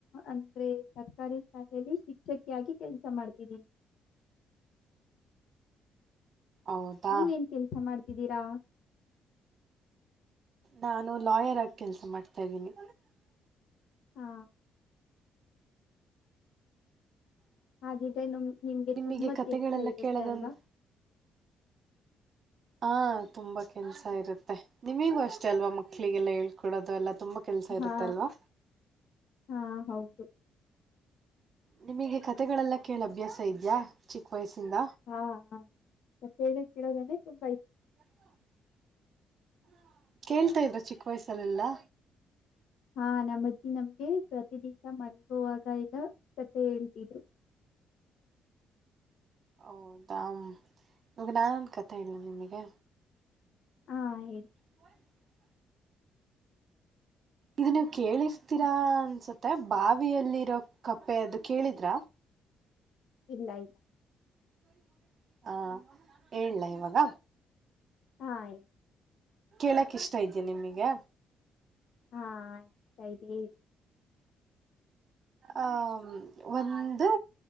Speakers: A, on the left; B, on the right.
A: ಅಂದ್ರೆ ಸರ್ಕಾರಿ ಶಾಲೆಯಲ್ಲಿ ಶಿಕ್ಷಕಿಯಾಗಿ ಕೆಲ್ಸ ಮಾಡ್ತಿದ್ದೀನಿ
B: ಹೌದಾ
A: ನೀವೇನ್ ಕೆಲ್ಸ ಮಾಡ್ತಿದ್ದೀರಾ
B: ನಾನು ಲಾಯರ್ ಆಗಿ ಕೆಲ್ಸ ಮಾಡ್ತಾ ಇದ್ದೀನಿ
A: ಹಾ ಹಾಗಿದ್ರೆ ನಮ್ ನಿಮ್ಗೆ
B: ನಿಮಗೆ
A: ತುಂಬಾ
B: ಕತೆಗಳೆಲ್ಲ
A: ಕೆಲ್ಸ ಇರುತ್ತೆ
B: ಕೇಳೋದಂದ
A: ಅಲ್ವಾ.
B: ಹಾ ತುಂಬಾ ಕೆಲ್ಸ ಇರುತ್ತೆ ನಿಮಿಗೂ ಅಷ್ಟೇ ಅಲ್ವಾ ಮಕ್ಳಿಗೆಲ್ಲ ಹೇಳ್ಕೊಡೋದು ಎಲ್ಲಾ ತುಂಬಾ ಕೆಲ್ಸ
A: ಹಾ
B: ಇರುತ್ತೆ ಅಲ್ವಾ
A: ಹ್ಮು ಹೌದು
B: ನಿಮಗೆ ಕತೆೆಗಳೆಲ್ಲ ಕೇಳ ಅಭ್ಯಾಸ ಇದ್ಯಾ ಚಿಕ್ಕ ವಯಸ್ಸಿಂದ
A: ಹಾ ಹ <unintelligible> ಕಥೆಗಳ್ ಕೇಳೋದಂದ್ರೆ ತುಂಬಾ ಇಷ್
B: <inaudible> <inaudible> ಕೇಳ್ತಾಇದ್ರ ಚಿಕ್ಕ ವಯಸ್ಸಲೆಲ್ಲಾ
A: ಹಾ ನಮ್ಮಜ್ಜಿ ನಮ್ಗೆ ಪ್ರತಿ ದಿವಸ ಮಲ್ಗೋವಾಗ <unintelligible> ಕತೆ ಹೇಳ್ತಿದ್ರು.
B: ಹೌದಾ ಇವಾಗ ನಾನೊಂದು ಕಥೆ ಹೇಳ್ಳ ನಿಮಿಗೆ
A: ಹಾ ಹೇಳಿ
B: <inaudible> ಇದು ನೀವು ಕೇಳಿಸ್ತೀರಾ ಅನ್ಸುತ್ತೆ ಬಾವಿಯಲ್ಲಿರೊ ಕಪ್ಪೆಅದು ಕೇಳಿದ್ರ
A: ಇಲೈ
B: <inaudible> ಹಾ ಹೇಳ್ಳ ಇವಾಗ
A: ಹಾಯ್
B: ಕೇಳಕ್ ಇಷ್ಟ ಇದಿಯ ನಿಮಗೆ
A: ಹಾ ಹ <unintelligible> ಹೇಳಿ
B: ಆ ಒಂದು